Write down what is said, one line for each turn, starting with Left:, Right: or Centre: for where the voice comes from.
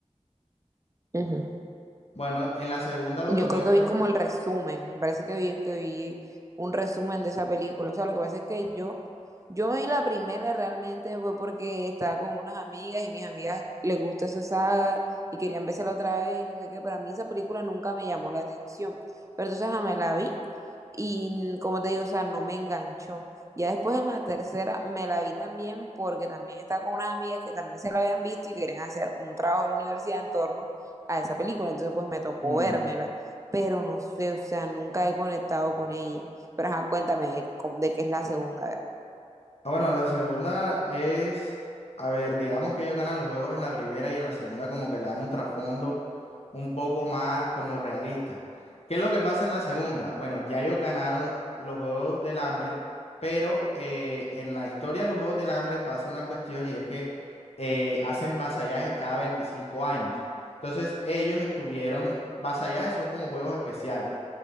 Right: ujú.
Left: Bueno, en la segunda lo
Right: Yo
Left: que muestran...
Right: creo que vi como el resumen, me parece que vi, que vi un resumen de esa película. O sea, lo que pasa es que yo, yo me vi la primera realmente fue porque estaba con unas amigas y mis amigas les gusta esa saga y querían la otra vez y no sé qué, pero a mí esa película nunca me llamó la atención. Pero entonces ajá, me la vi y como te digo, o sea, no me enganchó. Ya después en la tercera me la vi también porque también estaba con unas amigas que también se la habían visto y querían hacer un trabajo de la universidad en torno a esa película. Entonces pues me tocó
Left: Ujú.
Right: vérmela. Pero no sé, o sea, nunca he conectado con ella. Pero ajá, cuéntame de, cómo- de qué es la segunda, a ver.
Left: Ah, Bueno, la segunda es, a ver, digamos que ellos ganan los juegos en la primera y en la segunda como que le dan un trasfondo un poco más como realista. ¿Qué es lo que pasa en la segunda? Bueno, ya ellos ganaron los Juegos del Hambre, pero eh, en la historia de los Juegos del Hambre pasa una cuestión y es que eh, hacen vasallajes cada 25 años. Entonces ellos estuvieron, vasallajes son como juegos especiales.